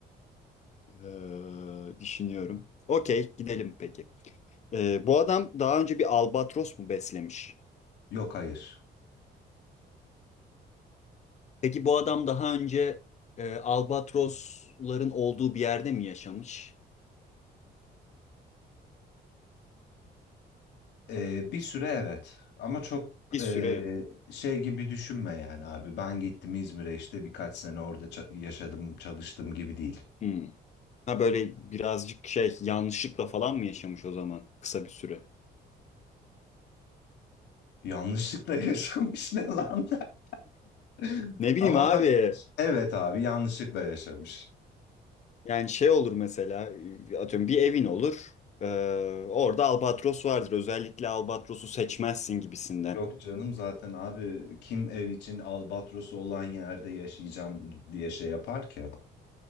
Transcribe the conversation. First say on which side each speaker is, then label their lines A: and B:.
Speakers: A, on the left (about 40°); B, on the left (about 85°).
A: Ee, düşünüyorum. Okey, gidelim peki. Ee, bu adam daha önce bir albatros mu beslemiş?
B: Yok hayır.
A: Peki bu adam daha önce e, albatrosların olduğu bir yerde mi yaşamış?
B: Ee, bir süre evet. Ama çok
A: Bir
B: ee,
A: süre.
B: şey gibi düşünme yani abi. Ben gittim İzmir'e işte birkaç sene orada ça- yaşadım çalıştım gibi değil.
A: Hmm. Ha böyle birazcık şey yanlışlıkla falan mı yaşamış o zaman kısa bir süre?
B: Yanlışlıkla <laughs> yaşamış ne lan? <laughs>
A: Ne bileyim
B: Ama
A: abi.
B: ha- evet abi yanlışlıkla yaşamış.
A: Yani şey olur mesela atıyorum bir evin olur. Ee, orada albatros vardır. Özellikle albatrosu seçmezsin gibisinden.
B: Yok canım zaten abi kim ev için albatrosu olan yerde yaşayacağım diye şey yapar ki.